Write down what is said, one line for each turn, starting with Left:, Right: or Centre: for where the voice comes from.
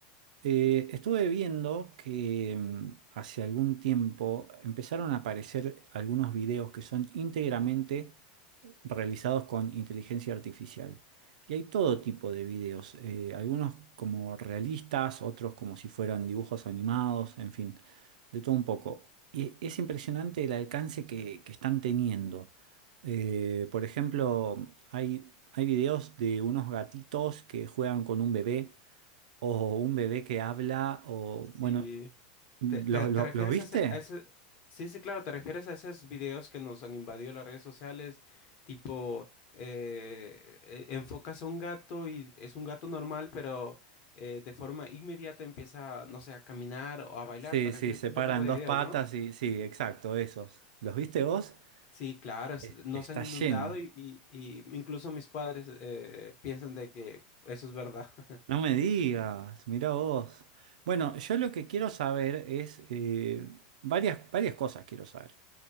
Right: Eh, estuve viendo que mm, hace algún tiempo empezaron a aparecer algunos videos que son íntegramente realizados con inteligencia artificial. Y hay todo tipo de videos, eh, algunos como realistas, otros como si fueran dibujos animados, en fin, de todo un poco. Y es impresionante el alcance que, que están teniendo. Eh, por ejemplo, hay, hay videos de unos gatitos que juegan con un bebé, o un bebé que habla, o
Left: Sí.
Right: bueno, ¿lo-
Left: ¿Te, te-
Right: lo-
Left: te refieres
Right: ¿los viste?
Left: a ese, a ese- Sí, sí, claro, te refieres a esos videos que nos han invadido las redes sociales, tipo, eh, eh, enfocas a un gato y es un gato normal, pero eh, de forma inmediata empieza, no sé, a caminar o a bailar.
Right: Sí,
Left: ¿Te refieres
Right: sí, se
Left: a ese
Right: paran
Left: tipo de
Right: dos
Left: videos,
Right: patas
Left: no?
Right: y sí, exacto, esos. ¿Los viste vos?
Left: Sí, claro, es-
Right: Es-
Left: nos
Right: Está
Left: han inundado
Right: lleno.
Left: y, y- y incluso mis padres eh, piensan de que eso es verdad. <laughs>
Right: No me digas, mira vos. Bueno, yo lo que quiero saber es eh, varias, varias cosas quiero saber.